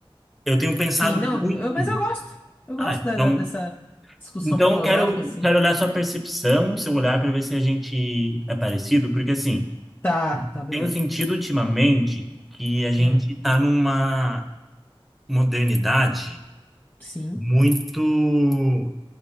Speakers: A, in the centre; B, on the left.
A: eu tenho pensado
B: Sim, não,
A: muito.
B: eu- mas eu gosto. Eu gosto
A: Ah,
B: da-
A: então,
B: da- dessa discussão
A: então
B: filosófica,
A: eu quero
B: assim.
A: quero olhar sua percepção, seu olhar para ver se a gente é parecido, porque assim,
B: Tá, tá, beleza.
A: tenho sentido ultimamente que a gente
B: Hum,
A: tá numa modernidade
B: sim.
A: muito